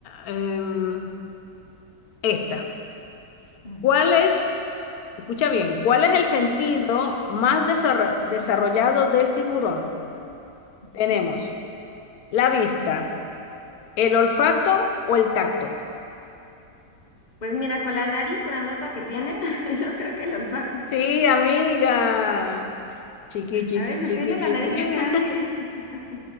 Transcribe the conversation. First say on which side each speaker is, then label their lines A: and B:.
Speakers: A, on the left (about 75°); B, on the left (about 40°).
A: em, esta.
B: <laughs> Órale.
A: ¿Cuál es, escucha bien, cuál es el sentido
B: Ok.
A: más desarro- desarrollado del tiburón?
B: Ujú.
A: Tenemos la vista, el olfato o el tacto.
B: Pues mira, con la nariz grandota que tienen, <laughs> yo creo que el olfato.
A: Sí, amiga. Chiqui, chiqui,
B: A veces
A: chiqui,
B: tienen
A: chiqui.
B: la nariz muy grande.
A: <laughs>
B: <laughs>